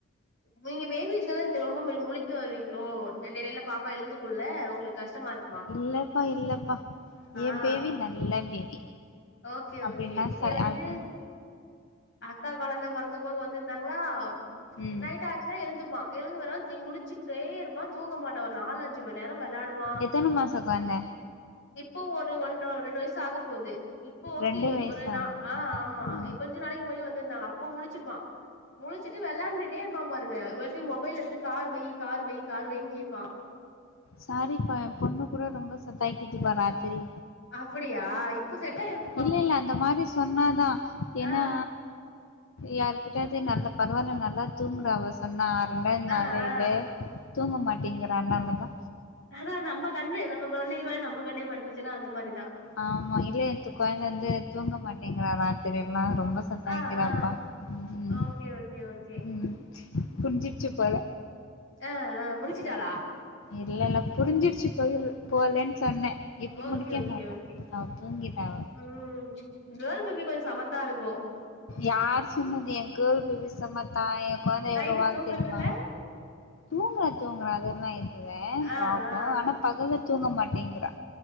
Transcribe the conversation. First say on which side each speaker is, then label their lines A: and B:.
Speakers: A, on the left (about 55°); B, on the left (about 75°).
A: நீங்க பேபிச்செல ரொம்பமே முழிக்க வருவீங்ளோ நெடயில எடயில பாப்பா எழுந்துகுள்ள ஒங்குளுக் கஷ்டமாருக்
B: இல்லப்பா இல்லப்பா ஏ
A: ஆ
B: பேபி நல்ல பேபி
A: ஓகே
B: அப்டில்னா
A: ஓகே இங்க
B: ச
A: வந்து
B: அது அந்த
A: அக்கா கொழந்த பொறந்தபோ இங்க வந்துந்தாங்ளா
B: ம்
A: நைட்டாச்சுனா எழுந்துப்பா எழுந்து வருவாந்தி முழிச் ச்சிகிட்டே இருப்பா தூங்க மாட்டா ஒரு நாலஞ்சு மண் நேரோ வெளாடுவா
B: எத்தன மாசோ கொழ்ந்த
A: இப்ப ஒரு ஒன்ற ரெண்டு வயசாகபோது இப்ப ஓகே
B: ரெண்டு வயசு
A: ஒரு நா
B: ஆகுதா
A: அ ஆமா
B: ஆ
A: இப் கொஞ்ச நாளைகி முன்னாடி வந்துந்தாங்க அப்போ முழிச்சுப்பா முழிச்சிட்டு வெளாண்டுட்டே இப்பா பாருங்க வர்டி மொபைல் எடுத்து கார் வை கார் வை கார் வைன் கேப்பா
B: சாரிப்பா எம்பொண்ணுகூட ரொம்ப சத்தாயிகித்துப்பா ராத்திரி
A: அப்புடியா இப்ப செட்டாயிரு
B: இல்ல இல்ல அந்த மாரி சொன்னாதா எனா
A: ஆ
B: யாருக்கிட்டியாது நல்லப் பரவால்ல நல்லாத் தூங்கறா அவச் சொன்னா ரெண்டாத் நாளே
A: ஆ ஆ ஆ
B: இல்ல தூங்க மாட்டேங்கிறா அன்னாலதா
A: அதா நம்ம கண்ணு நம்ம கொழந்தைங்க மேல நம்ம கண்ணே பட்ருச்சினா அந்த மாரிதா
B: ஆமா இல்ல நேத்து கொழந்த வந்து தூங்க மாட்டேங்கிறா ராத்திரியெல்லா ரொம்பச் சத்தாய்க்கிறாப்பா
A: ஆ ஆ
B: ம் ம்
A: ஓகே ஓகே ஓகே.
B: ம் புரிஞ்சிர்ச்சு போல
A: அ அ முழிச்சிட்டாளா
B: இல்லல்ல புரிஞ்சிருச்சு பொயில் போலன் சொன்ன இப்ப
A: ஓகே
B: முழிக்க
A: ஓகே
B: மாட்டா
A: ஓகே.
B: அவ தூங்கிட்டா அவ
A: ம் கேர்ள் பேபி கொஞ்ச சமத்தா இருக்கு
B: யார் சொன்னது எ கேர்ள் பேபி சமத்தா எ கொழந்த
A: நைட்டு
B: எவ்ளோ வால்
A: தூங்குறதுல
B: தெரிமா தூங்குறா தூங்குறா அதெல்லா இதுவே
A: ஆ
B: ப்ராப்ளம்
A: ஆ
B: ஆனா பகல்ல தூங்க மாட்டேங்றா